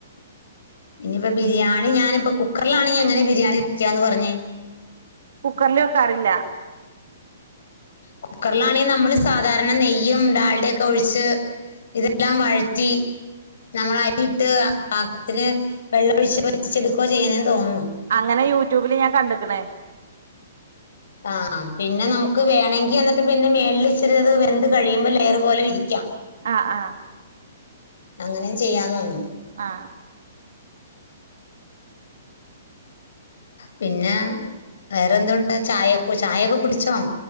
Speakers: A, on the left; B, on the right.
A: ഇനിയിപ്പ ബിരിയാണി ഞാനിപ്പ കുക്കറിലാണെങ്കിൽ എങ്ങനെ ബിരിയാണി വെക്കാന്ന് പറഞ്ഞേ
B: കുക്കറില് വെക്കാറില്ല
A: കുക്കറിലാണെങ്കിൽ നമ്മള് സാധാരണ നെയ്യും ഡാൽടയും ഒക്കെ ഒഴിച്ച് ഇതെല്ലാം വഴറ്റി നമ്മള് അരിയിട്ട് പാകത്തിന് വെള്ളം ഒഴിച്ച് വറ്റിച്ചെടുക്കുവ ചെയ്യ്ന്നെന്ന് തോന്നുന്നു
B: അങ്ങനെ യൂട്യൂബിൽ ഞാൻ കണ്ട്ക്ക്ണ്
A: ആഹ് പിന്നെ നമുക്ക് വേണെങ്കിൽ എന്നിട്ട് പിന്നെ മേളിൽ ഇച്ചിരി അത് വെന്ത് കഴിയുമ്പോ ലെയർ പോലെ വിരിക്കാം
B: ആഹ ആഹ
A: അങ്ങനെയും ചെയ്യാന്ന് തോന്ന്ന്ന്
B: ആഹ
A: പിന്നെ വേറെന്തുണ്ട് ചായ ചായൊക്കെ കുടിച്ചോ